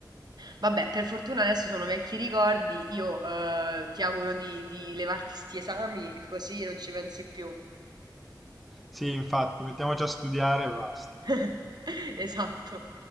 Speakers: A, on the right; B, in the centre.
A: Vabbè, per fortuna adesso sono vecchi ricordi, io eh, ti auguro di, di levarti sti esami così non ci pensi più.
B: Sì, infatti, mettiamoci a studiare e basta.
A: <laughs> Esatto.